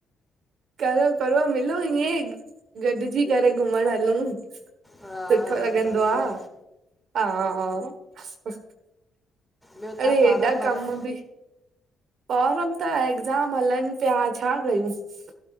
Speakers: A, on the right; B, in the centre.
A: करो करो मिलूं इंदी, गॾिजी करे घुमण हलूं सुठो
B: हा हलंदासीं
A: लॻंदो आ, हा
B: ॿियो
A: अड़े
B: तव्हां फारम
A: हेॾा
B: भरिया
A: कम भी ॿारन त एगज़ाम हलनि पिया छा कयूंस?